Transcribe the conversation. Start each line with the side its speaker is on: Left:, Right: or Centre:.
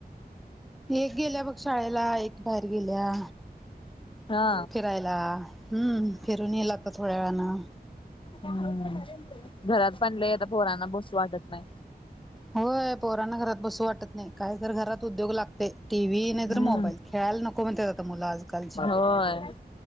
Centre: एक गेल्या बघ शाळेला एक बाहेर गेल्या
Left: हा
Centre: फिरायला हम्म फिरून येयला आत्ताच थोड्या वेळानं
Left: हम्म घरात पण लय आता पोरांना बसू वाटत नाय.
Centre: होय पोराना घरात बसू वाटत नाय काय तर घरात उद्योग लागतय टी व्ही नाय तर
Left: हम्म
Centre: मोबाईल खेळायला नको म्हणत्यात आता मुलं आजकालची
Left: होय